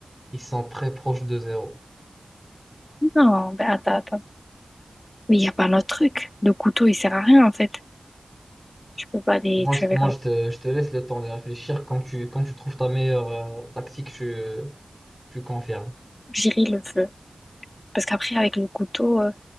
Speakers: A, in the centre; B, on the left (about 35°).
A: ils sont très proches de zéro.
B: non, ben attends, attends. Mais il y a pas notre truc. Le couteau, il sert à rien en fait. Je peux pas les
A: Moi,
B: tuer
A: je,
B: avec
A: moi,
B: un.
A: je te, je te laisse le temps de réfléchir. Quand tu, quand tu trouves ta meilleure euh, tactique, tu, tu confirmes.
B: J'irai le feu. Parce qu'après, avec le couteau, euh,